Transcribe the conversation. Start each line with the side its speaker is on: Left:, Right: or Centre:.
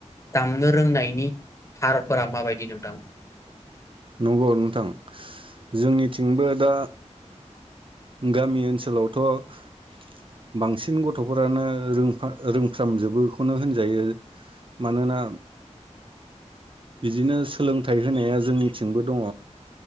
Left: दामनो रोंनायनि हारफोरा माबायदि दि नोंथां।
Right: नंगौ नोंथां जोंनिथिंबो दा गामि ओनसोलावथक्षबांसिन गथफोरानो रोंफ्रा रोंफ्रामजोबोखौनो होनजायो मानोना बिदिनो सोलोंथाइ होनाया जोंनिथिंबो दङ